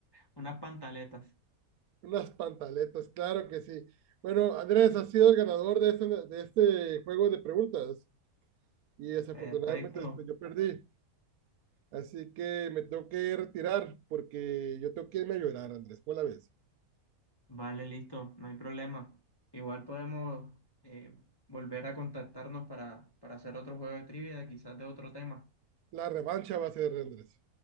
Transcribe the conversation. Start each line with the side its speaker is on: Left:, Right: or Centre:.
Left: Unas pantaletas.
Right: Unas pantaletas, claro que sí. Bueno, Andrés, has sido el ganador de este, de este juego de preguntas y desafortunadamente
Left: Perfecto.
Right: pues yo perdí. Así que me tengo que retirar porque yo tengo que irme a llorar, Andrés. ¿Cuál la ves?
Left: Vale, listo. No hay problema. Igual podemos eh, volver a contactarnos para, para hacer otro juego de trivia, quizás de otro tema.
Right: La revancha va a ser, Andrés.